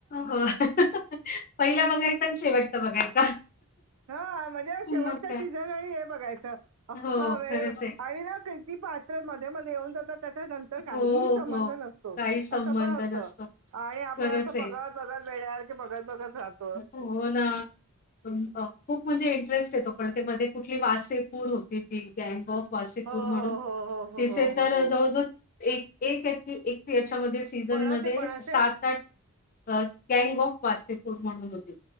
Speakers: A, on the left (about 40°); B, on the right (about 70°).
A: हो पहिला बघायचा आणि शेवटचा बघायचा.
B: हा म्हजे शेवटचा
A: मग काय.
B: सीझन आणि हे बघायचं अख्खा
A: हो
B: वेळ
A: खरंच आहे.
B: आणि ना ती पात्र मध्ये, मध्ये येऊन जातात त्याच्या नंतर काहीही
A: हो,
B: सबंध
A: हो.
B: नस तो
A: काही संबंध
B: असं पण होत
A: नसतो.
B: आणि आपण
A: खरंच
B: असं
A: आहे.
B: बघत बघत वेड्यासारखे बघत बघत राहो
A: हो ना खूप म्हणजे इंटरेस्ट येतो पण ते मध्ये कुठली वासे पूर होती ती गँग ऑफ वासेपूर
B: हो
A: म्हणून
B: हो हो हो हो
A: तिचे
B: हो
A: तर
B: हो
A: जवळ जवळ एक एक एपी एक याच्यामध्ये सीझनमध्ये
B: कोणाचे कोणाचे
A: सात आठ अ कॅग ऑफ वासेपूर म्हणून होते